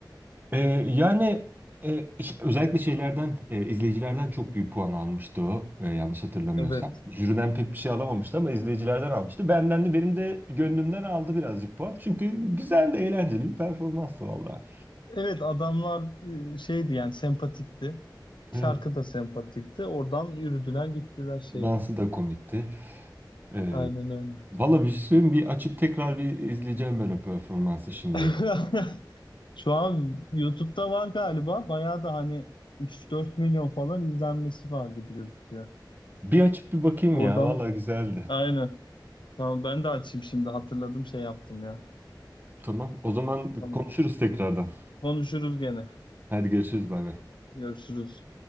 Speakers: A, on the right (about 25°); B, on the left (about 80°).
A: Ee, yani e, ş- özellikle şeylerden e, izleyicilerden çok büyük puan almıştı o e, yanlış hatırlamıyorsam.
B: Evet.
A: Jüriden pek bir şey alamamıştı ama izleyicilerden almıştı. Benden de benim de gönlümden aldı birazcık puan. Çünkü güzel de eğlenceli bir performanstı valla.
B: Evet adamlar e, şeydi yani sempatikti.
A: Evet,
B: Şarkı da sempatikti. Oradan yürüdüler gittiler şeyde.
A: dansı da komikti. Ee,
B: Aynen öyle.
A: valla bir şey söyleyeyim, bir açıp tekrar bir izleyeceğim ben o performansı şimdi.
B: <laughs> Şu an YouTube'da var galiba. Bayağı da hani üç dört milyon falan izlenmesi var gibi gözüküyor.
A: Bir açıp bir bakayım
B: Oradan
A: ya valla güzeldi.
B: aynen. Tamam ben de açayım şimdi hatırladım şey yaptım ya.
A: Tamam o zaman
B: Tamam.
A: konuşuruz tekrardan.
B: Konuşuruz gene.
A: Hadi görüşürüz bay bay.
B: Görüşürüz.